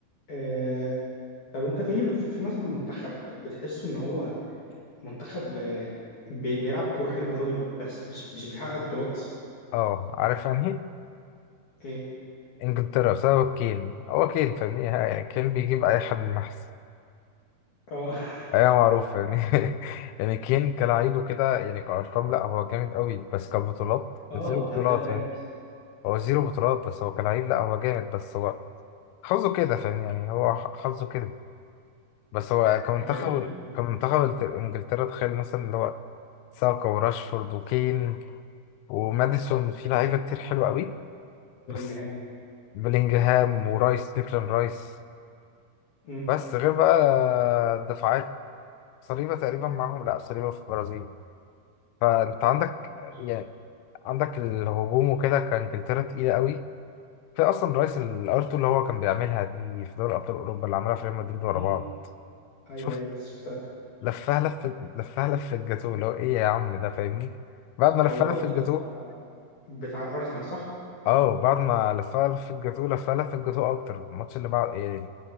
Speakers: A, on the left; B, on the left.
A: آه، طب انت في في في مثلا منتخب بتحسه ان هو منتخب آه، بي- بيلعب كوره حلو قوي بس مش مش بيحقق بطولات
B: اه عارف يعني إيه؟
A: ايه
B: انجلترا بسبب كين هو كين فاهمني يعني كين بيجيب اي حد من محسن
A: اه
B: ايوه معروف فاهمني <laughs> يعني كين كلاعب وكده يعني كارقام لا هو جامد قوي بس كبطولات
A: <laughs> اه
B: زيرو
A: هو
B: بطولات
A: هداف جامد
B: فاهم هو زيرو بطولات بس هو كلاعب لا هو جامد بس هو حظه كده فاهم يعني هو ح- حظه كده بس هو كمنتخب
A: غريبه اه
B: كمنتخب الت- انجلترا تخيل مثلا اللي هو ساكا وراشفورد وكين وماديسون في لعيبة كتير حلوة قوي بس
A: بلينجهام
B: بلينجهام ورايس ديكلان رايس
A: مم.
B: بس غير بقى الدفاعات صليبة تقريبا معاهم لا صليبة في البرازيل فانت عندك
A: مش
B: يعني
A: فاكر
B: عندك الهجوم وكده كانجلترا تقيلة قوي في اصلا رايس الارتو اللي هو كان بيعملها دي في دوري ابطال اوروبا اللي عملها في ريال مدريد ورا
A: مم.
B: بعض
A: ايوه
B: شفت
A: ايوه شفتها
B: لفها لفة لفها لفة الجاتوه اللي هو ايه يا عم ده فاهمني بعد ما لفها
A: هو ده
B: لفة
A: بتاع
B: الجاتوه
A: بتاع بتاع ارسنال صح
B: اه بعد ما لفها لفة الجاتوه لفها لفة الجاتوه اكتر الماتش اللي بعد ايه